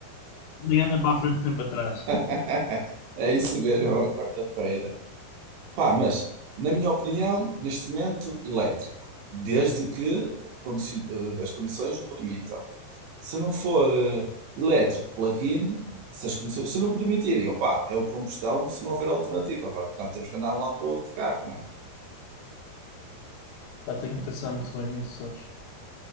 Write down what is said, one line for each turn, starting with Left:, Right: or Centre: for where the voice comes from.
Left: Nem anda para a frente nem para trás.
Right: <laughs> É isso mesmo, é uma quarta-feira. Pá, mas, na minha opinião, neste momento, elétrico, desde que condici- eh, as condições o permitam. Se não for eh, elétrico plug-in, se as condições se não permitirem, opá, é o combustão se não houver alternativa. Agora, nós temos que andar de um lado para o outro de carro, não é?
Left: Pá, tenho que pensar muito bem nisso, sabes?